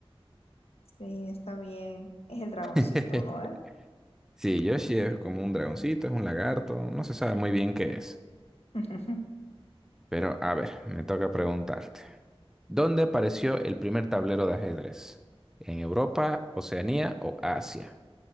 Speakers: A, on the left; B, in the centre.
A: Sí, está bien. Es el dragoncito,
B: <laughs>
A: ¿no?
B: Sí, Yoshi es como un dragoncito, es un lagarto, no se sabe muy bien qué es.
A: <laughs> Ujú.
B: Pero, a ver, me toca preguntarte. ¿Dónde apareció el primer tablero de ajedrez? ¿En Europa, Oceanía o Asia?